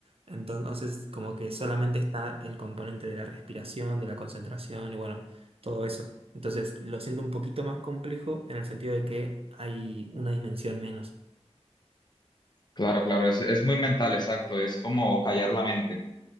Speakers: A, on the right (about 55°); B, on the left (about 40°).
A: Entonces, como que solamente está el componente de la respiración, de la concentración y bueno todo eso. Entonces, lo siento un poquito más complejo en el sentido de que hay una dimensión menos.
B: Claro, claro, es, es muy mental, exacto, es como callar la mente,